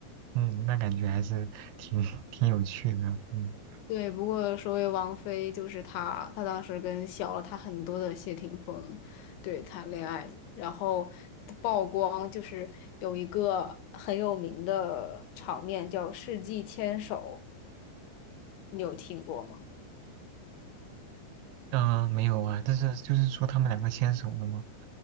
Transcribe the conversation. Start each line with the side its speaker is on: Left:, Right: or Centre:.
Right: 嗯，那感觉还是挺挺有趣的。嗯
Left: 对，不过说回王菲，就是她，她当时跟小了她很多的谢霆锋，对，谈恋爱，然后她曝光就是有一个很有名的场面叫世纪牵手，你有听过吗？
Right: 嗯、呃没有啊，但是就是说他们两个牵手了吗？